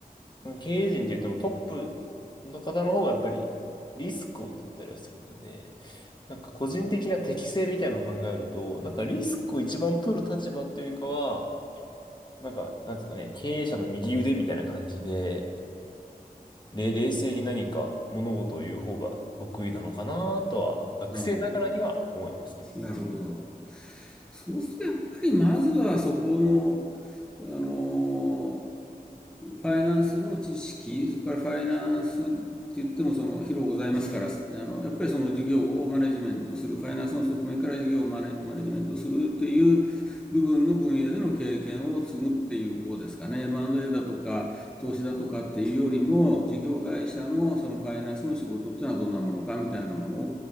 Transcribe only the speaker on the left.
と経営陣って言ってもトップの方の方がやっぱりリスクを取ったりはするので、なんか個人的な適性みたいなのを考えると、なんかリスクを一番取る立場っていうよりかは、なんか、なんですかね、経営者の右腕みたいな感じで、れ冷静に何か物事を言う方が得意なのかなとは、学生ながらには思いますけどね。